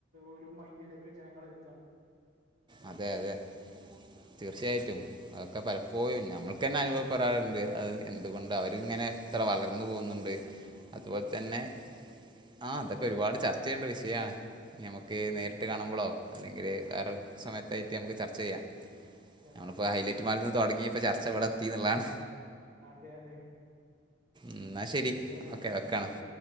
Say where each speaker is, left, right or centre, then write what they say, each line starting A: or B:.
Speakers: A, on the right; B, on the right.
A: ഒരു മൈൻഡിലേക്ക് ജനങ്ങൾ എത്തുകയാണ്.
B: അതെ അതെ തീർച്ചയായിട്ടും അതൊക്കെ പലപ്പോഴും ഞമ്മൾക്ക് തന്നെ അനുഭവപ്പെടാറുണ്ട് അത് എന്തുകൊണ്ട് അവരിങ്ങനെ ഇത്ര വളർന്നു പോകുന്നുണ്ട് അതുപോലെ തന്നെ ആ അതൊക്കെ ഒരുപാട് ചർച്ച ചെയ്യേണ്ട വിഷയാണ്. ഞമ്മക്ക്
A: ശരിയാണ്
B: നേരിട്ട് കാണുമ്പോളോ അല്ലെങ്കില്
A: ഓക്കെ
B: വേറെ സമയത്തായിട്ട് നമുക്ക് ചർച്ച ചെയ്യാം
A: ചർച്ച
B: നമ്മളിപ്പോ
A: ചെയ്യാം
B: ഹൈലൈറ്റ്
A: ഓക്കെ
B: മാളിന്ന് തൊടങ്ങി ഇപ്പോ ചർച്ച ഇവിടെത്തീന്നുള്ളതാണ്
A: അതെ അതെ
B: എന്നാ ശരി
A: ഏതായാലും
B: ഓക്കെ വെക്കാണ്
A: ശരി